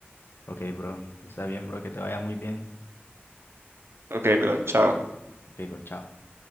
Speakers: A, on the left (about 60°); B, on the right (about 75°).
A: Ok, bro, está bien, bro, que te vaya muy bien.
B: Ok, bro, chao.
A: Ok, bro, chao.